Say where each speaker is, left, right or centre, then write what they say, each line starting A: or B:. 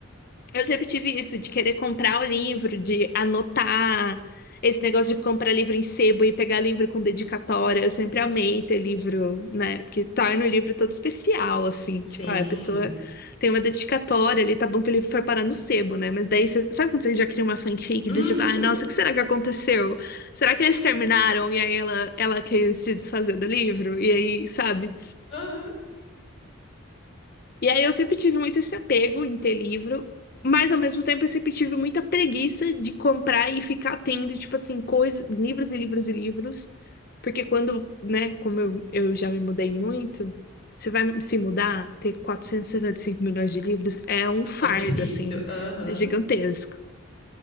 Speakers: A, on the left; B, on the left.
A: eu sempre tive isso de querer comprar o livro, de anotar esse negócio de comprar livro em sebo e pegar livro com dedicatória. Eu sempre amei ter livro, né? Porque torna o livro todo especial, assim.
B: sim.
A: Tipo, ah, a pessoa tem uma dedicatória ali, tá bom que o livro foi parar no sebo, né? Mas daí, você... sabe quando você já cria uma fanfic
B: Uhum,
A: do tipo, ai, nossa, o que será que aconteceu? Será
B: sim.
A: que eles terminaram e aí ela, ela quis se desfazer do livro? E aí, sabe?
B: Aham.
A: E aí eu sempre tive muito esse apego em ter livro, mas ao mesmo tempo eu sempre tive muita preguiça de comprar e ficar tendo, tipo assim, coisas, livros e livros e livros. Porque quando, né, como eu, eu já me mudei muito, você vai se mudar, ter 475 milhões de livros é um fardo,
B: É difícil.
A: assim,
B: Aham.
A: gigantesco.